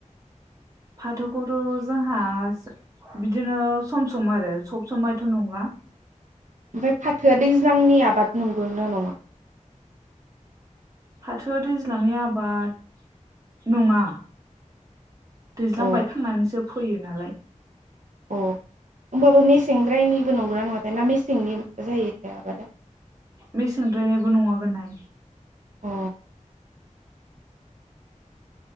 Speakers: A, on the right (about 25°); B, on the right (about 70°).
A: फाथोखौथ' जोंहा बिदिनो सम सम आरो सब समायथ' नंला
B: ओमफ्राय फाथोआ दैज्लांनि आबाद नंगौ ना नङा?
A: फाथो दैज्लांनि आबाद नङा दैज्लां
B: अ
A: बायखांनानैसो फैयो नालाय
B: अ होमबाबो मेसेंद्रायनिबो नंगौना नङाथाय ना मेसेंनि जायो थायाबादा
A: मेसेंद्रायनायबो नङागोनहाय
B: अ